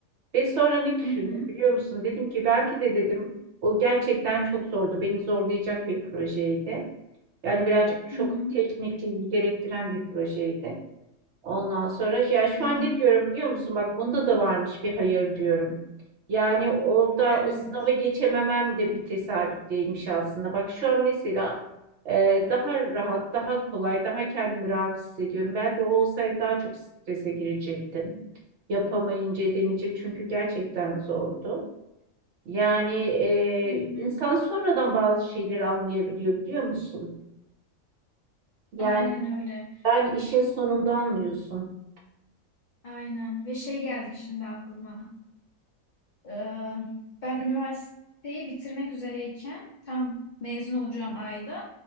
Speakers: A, on the right; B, on the left.
A: Ve sonra ne
B: Hı
A: düşündüm
B: hı.
A: biliyor musun? Dedim ki belki de dedim o gerçekten çok zordu. Beni zorlayacak bir projeydi. Yani birazcık çok
B: Hı hı.
A: teknikliği gerektiren bir projeydi. Ondan sonra ya şu
B: Hı
A: an
B: hı.
A: ne diyorum biliyor musun? Bak bunda da varmış bir hayır diyorum. Yani orada
B: Evet.
A: o sınavı geçememem de bir tesadüf değilmiş aslında. Bak şu an mesela e, daha rahat, daha kolay, daha kendimi rahat hissediyorum. Belki o olsaydı daha çok strese girecektim. Yapamayınca edemeyecek çünkü gerçekten zordu. Yani e,
B: Hı hı.
A: insan sonradan bazı şeyleri anlayabiliyor biliyor musun? Yani
B: Aynen öyle.
A: yani işin sonunda anlıyorsun.
B: Aynen. Ve şey geldi şimdi aklıma. Ee, ben üniversiteyi bitirmek üzereyken tam mezun olacağım ayda